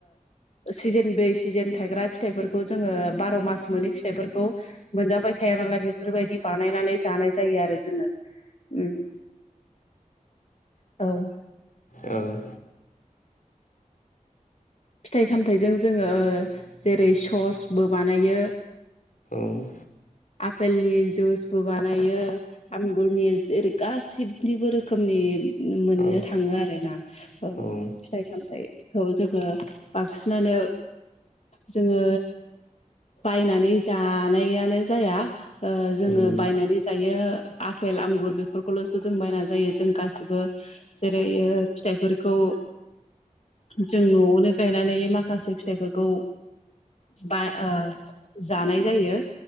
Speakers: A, on the left (about 55°); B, on the left (about 75°).
A: सिजेन बै सिजेन थायग्रा फिथाइफोरखौ खौ जोङो बार' मास मोनै फिथाइफोरखौ मोनजाबाय थाया नालाय बेफोरबायदि बानायनानै जानाय जायो आरो जोङो उ औ
B: औ
A: फिथाइ सामथजों जो जेरै सस बो बानायो
B: द
A: आफेलनि जुइसबो बानायो आमगुरनि जेरै गासिबनिबो रोखोमनि मोननो
B: औ
A: थाङो आरोना औ
B: उम
A: फिथाइ सामथाइखौ जोङो बांसिनानो जोङो बायनानै जानायानो जाया ओ जोङो
B: उम
A: बायनानै जायो आफेल आंगुर बेफोरखौल'सो जों बायना जायो जों गासिबो जेरैओ फिथाइफोरखौ जों न'आवनो गायनानै माखासे फिथाइफोरखौ बा ओ जानाय जायो